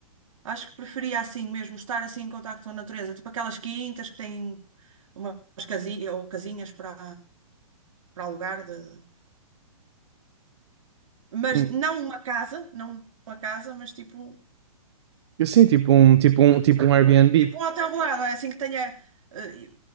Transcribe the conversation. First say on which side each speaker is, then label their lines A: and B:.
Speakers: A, on the right; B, on the right.
A: Acho que preferia assim mesmo estar assim em contacto com a natureza, tipo aquelas quintas que têm umas casinhas ou casinhas para para alugar de... Mas
B: hum.
A: não uma casa, não uma casa, mas tipo
B: Eu Sim, tipo um, tipo um, tipo um Airbnb.
A: tipo um hotel rural, não é assim que tenha eh,